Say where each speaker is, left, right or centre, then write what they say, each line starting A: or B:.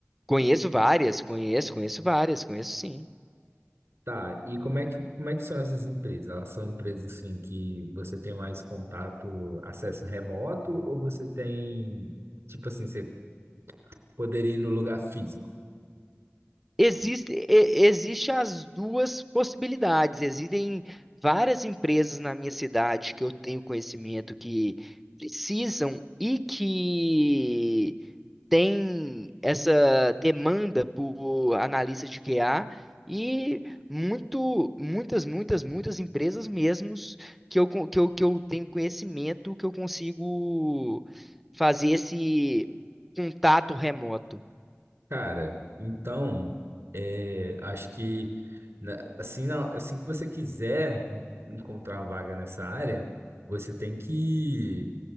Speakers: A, in the centre; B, on the right.
A: Conheço várias, conheço, conheço várias, conheço sim.
B: Tá, e como é que, como é que são essas empresas? Elas são empresas assim que você tem mais contato, acesso remoto, ou você tem, tipo assim, você poderia ir no lugar físico?
A: Existe, e- existe as duas possibilidades. Existem várias empresas na minha cidade que eu tenho conhecimento que precisam e que têm essa demanda por analistas de QA e muito, muitas, muitas, muitas empresas mesmos que eu, con- que eu, que eu tenho conhecimento que eu consigo fazer esse contato remoto.
B: Cara, então, é, acho que na- assim, na- assim que você quiser encontrar uma vaga nessa área, você tem que,